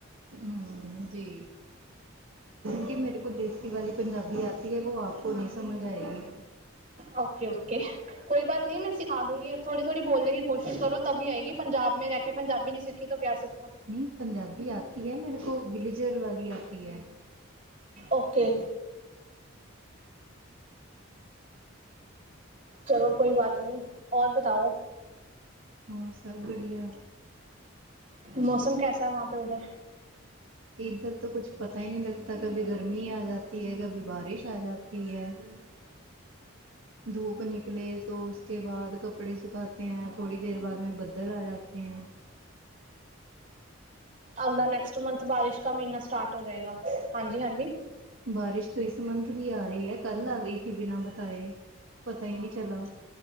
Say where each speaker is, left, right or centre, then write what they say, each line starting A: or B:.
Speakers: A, on the right (about 75°); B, on the right (about 40°).
A: ਹੂ ਜੀ ਕਿ ਮੇਰੇ ਕੋ ਦੇਸੀ ਵਾਲੀ ਪੰਜਾਬੀ ਆਤੀ ਹੈ, ਉਹ ਆਪ ਕੋ ਨਹੀਂ ਸਮਝ ਆਏਗੀ।
B: ਓਕੇ -ਓਕੇ ਕੋਈ ਬਾਤ ਨਹੀਂ ਮੈਂ ਸਿਖਾ ਦੂੰਗੀ। ਥੋੜ੍ਹੀ ਥੋੜ੍ਹੀ ਬੋਲਨੇ ਕੀ ਕੋਸ਼ਿਸ਼ ਕਰੋ ਤਭ ਹੀ ਆਏਗੀ, ਪੰਜਾਬ ਮੈਂ ਰਹਿ ਕੇ ਪੰਜਾਬੀ ਨਹੀਂ ਸਿੱਖੀ ਤੋਂ ਕਿਆ ਸਿੱਖਾਂ।
A: ਨਹੀਂ ਪੰਜਾਬੀ ਆਤੀ ਹੈ ਮੇਰੇ ਕੋ, ਵਿਲੇਜਰ ਵਾਲੀ ਆਤੀ ਹੈ।
B: ਓਕੇ ਚਲੋ ਕੋਈ ਬਾਤ ਨਹੀਂ ਔਰ ਬਤਾਓ <unintelligible>
A: ਹੋਰ ਸਭ ਬੜੀਆ?
B: ਮੌਸਮ ਕੈਸਾ ਐ ਵਾਂ ਪੇ ਉਧਰ
A: ਇਧਰ ਤੋ ਕੁੱਛ ਪਤਾ ਈ ਨੀ ਲਗਤਾ, ਕਭੀ ਗਰਮੀ ਆ ਜਾਤੀ ਐ, ਕਭੀ ਬਾਰਿਸ਼ ਆ ਜਾਤੀ ਐ ਹੂੰ।
B: <inaudible>
A: ਧੂਪ ਨਿਕਲੇ ਤੋਂ ਉਸ ਕੇ ਬਾਅਦ ਕੱਪੜੇ ਸੁਖਾਤੇ ਹੈ ਥੋੜੀ ਦੇਰ ਬਾਅਦ ਮੇ ਬੱਦਲ ਆ ਜਾਤੇ ਹੈ
B: ਆਪਗਦਾ ਨੈਕਸਟ ਮੰ ਬਾਰਿਸ਼ ਕਾ ਮਹੀਨਾ ਸਟਾਰਟ ਹੋ ਜਾਏਗਾ ਹਾਂਜੀ-ਹਾਂਜੀ
A: ਬਾਰਿਸ਼ ਤੋਂ ਇਸ ਮੰਥ ਵੀ ਆ ਰਹੀ ਹੈ ਕੱਲ ਆ ਗਈ ਸੀ ਬਿਨਾਂ ਬਤਾਏ ਪਤਾ ਹੀ ਨਹੀਂ ਚਲਾ